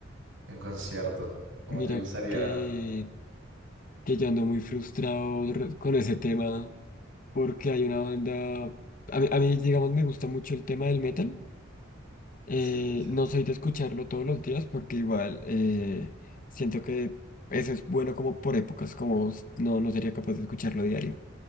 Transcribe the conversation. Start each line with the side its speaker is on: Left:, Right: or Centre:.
Right: en concierto? ¿Cómo
Left: Mira
Right: te gustaría?
Left: que, que yo ando muy frustrado re- con ese tema porque hay una banda, a mí, a mí, digamos, me gusta mucho el tema del metal. Eh,
Right: Sí, sí, sí.
Left: no soy de escucharlo todos los días porque igual eh, siento que eso es bueno como por épocas, como s- no, no sería capaz de escucharlo diario.